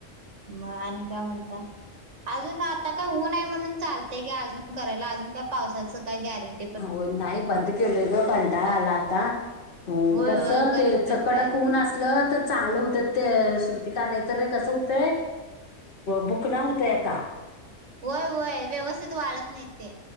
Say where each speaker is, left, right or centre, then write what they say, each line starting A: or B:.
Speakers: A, on the right; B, on the left.
A: मग आणि काय म्हणता अजून आता काय ऊन आहे म्हणून चालत.... ते का अजून करायला अजून का पावसाचं काय गॅरंटी....
B: हो नाही बंद केलं ग कंटाळ आला आता... हो
A: होय
B: कस
A: होय करून
B: ते
A: कंटाळा
B: चकडक
A: येतोय
B: होऊन असलं तर.... चांगलं होत ते श्रुतिक नाही तर र कसं होतंय.... बुकणा होतय का?
A: होय होय व्यवस्थित वाळत नाही ते....